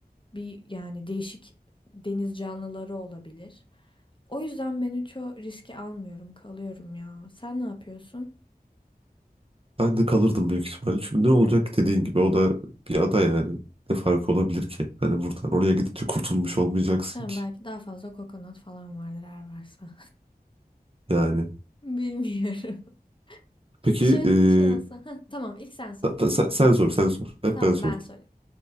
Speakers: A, on the left; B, on the right.
A: bir yani değişik deniz canlıları olabilir. O yüzden ben hiç o riski almıyorum, kalıyorum ya. Sen ne yapıyorsun?
B: Ben de kalırdım büyük ihtimalle. Çünkü ne olacak ki dediğin gibi o da bir ada yani. Ne farkı olabilir ki? Hani buradan oraya gidince kurtulmuş olmayacaksın
A: Yani
B: ki.
A: belki daha fazla kokonat falan vardır eğer varsa.
B: Yani.
A: <laughs> Bilmiyorum. Peki
B: Peki
A: şöyle
B: eee,
A: bir şey olsa. Hah, tamam ilk sen sor.
B: ta- ta- sen, sen sor sen sor. Hep
A: Tamam
B: ben sordum.
A: ben sorayım.